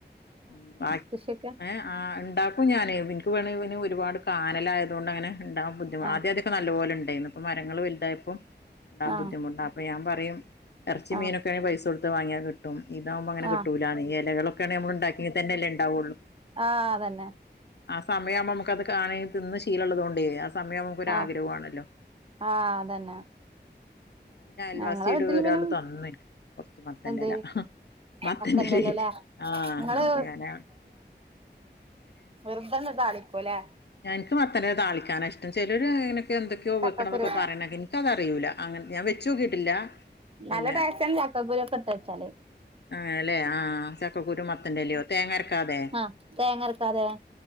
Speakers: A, on the left; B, on the right.
A: ഉം <unintelligible>
B: കൃഷ്യെക്കെ
A: ആ ഉണ്ടാക്കും ഞാന് എനിക്ക് വേണേ ഇന് ഒരുപാട് കാനലായതോണ്ട് അങ്ങനെ ഉണ്ടാ ബുദ്ധി
B: ആ
A: ആദ്യ ആദ്യ- നല്ല പോലെണ്ടായീന്നു. പ്പ മരങ്ങള് വൽതായപ്പം ഉണ്ടാൻ
B: ആ
A: ബുദ്ധിമുട്ടാ അപ്പൊ ഞാൻ പറയും എർച്ചിം
B: ആ
A: മീനൊക്കെയാ പൈസൊട്ത്ത് വാങ്യാ കി ട്ടും. ഇതാവുമ്പങ്ങനെ
B: ആ
A: കിട്ടൂലാന്ന്. എലകളൊക്കെണെ നമ്മള്ണ്ടാക്കെങ്കിതന്നെല്ലേ ണ്ടാവുള്ളൂ
B: ആഹ്‌ അതന്നെ
A: ആ സമയയാവുമ്പോ നമുക്കത് കാണ തിന്ന് ശീലള്ളതോണ്ടേയ് ആ സമയാവുമ്പോ നമുക്കൊരാഗ്രഹു
B: ആ
A: ആണല്ലോ
B: ആ അതന്നെ
A: ന്നെലെ പിന്നെ അയൽവാസിയട്
B: ഞങ്ങളെ വീട്ടില്
A: ഒരാള്
B: പിന്നെ
A: തന്നിൻക്. കൊർച്ച് മത്തന്റെല
B: എന്ത്
A: മത്തന്റെലേ
B: മത്തന്റെലല്ലേ
A: ആഹ്‌
B: നിങ്ങള്
A: അപ്പഞാനാ
B: വെർതന്നെ താളി - ക്കുലേ
A: ഞങ്ക് മത്തനെ താളിക്കാന ഇഷ്ട ചിലരു നൊക്കെ എന്തൊക്കയോ
B: ചക്കക്കുരു
A: വെക്കണതൊക്കെ പറയണേക് എന്- ക്കതറിയൂല. അങ്ങൻ ഞാൻ വെച്ചോക്കിട്ടില്ല പിന്നെ
B: നല്ല ടേസ്റ്റാണ് ചക്കക്കുരു ഒക്കെ ഇട്ട് വെച്ചാല്
A: ആ അല്ലെ ആ ചക്കക്കുരു മത്തന്റെല്യോ തേങ്ങര്ക്കാതെ
B: അ തേങ്ങര്ക്കാതെ